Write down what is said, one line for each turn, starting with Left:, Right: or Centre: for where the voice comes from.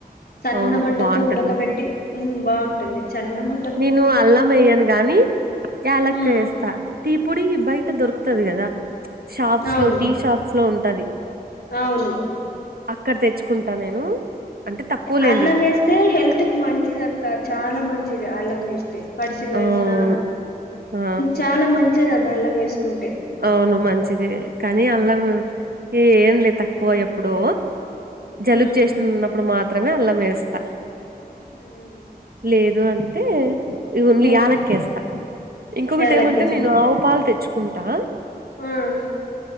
Left: సన్నమంటతో
Right: అవును బాగుంటుంది
Left: ఉడకబెట్టి ఉమ్ బావుంటుంది చన్నమ
Right: నేను అల్లం వెయ్యాను గాని ఏలక్
Left: మ్
Right: ఎస్తా టీ పొడి బయట దొరుకుతది కదా షాప్స్లో
Left: అవును
Right: టీ షాప్స్లో ఉంటది
Left: అవును
Right: అక్కడ తెచ్చుకుంటా నేను అంటే తక్కువలేండి
Left: అల్లం వేస్తే హెల్త్కు మంచిదక్క చాలా మంచిది అల్లం వేస్తే పడిచేమే
Right: ఆ
Left: ఉన్నా
Right: అవును ఆ
Left: చాలా మంచిది అది అల్లం వేసుకుంటే
Right: అవును మంచిది కానీ అల్లం ఎయ్యనులే తక్కువ ఎప్పుడో జలుబు
Left: ఉమ్
Right: చేసినున్నప్పుడు మాత్రమే అల్లం వేస్తా
Left: హ్మ్
Right: లేదు అంటే ఓన్లీ
Left: ఉమ్
Right: యాలక్కేస్తా ఇంకొకటి
Left: యాలకి
Right: ఏమంటే నేను ఆవు పాలు తెచ్చుకుంటా
Left: ఉమ్